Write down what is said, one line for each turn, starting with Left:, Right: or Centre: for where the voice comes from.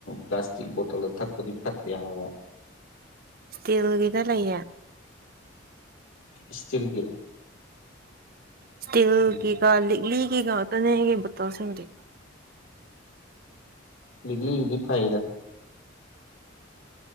Left: ꯄ꯭ꯂꯥꯁꯇꯤꯛ ꯕꯣꯇꯜꯗ ꯊꯛꯄꯗꯤ ꯐꯠꯇꯦ ꯍꯥꯏꯕ
Right: ꯏꯁꯇꯤꯜꯒꯗ ꯂꯩ
Left: ꯏꯁꯇꯤꯜꯒꯤ
Right: ꯁꯇꯤꯜ
Left: ꯎꯝ
Right: ꯀ ꯀ ꯂꯤ ꯀ ꯀ ꯇꯅꯤ ꯀ ꯄꯨꯠꯇꯁꯤꯡꯗꯤ
Left: ꯎꯝ ꯏꯒꯂꯤ ꯖꯤ ꯐ ꯍꯥꯏꯗ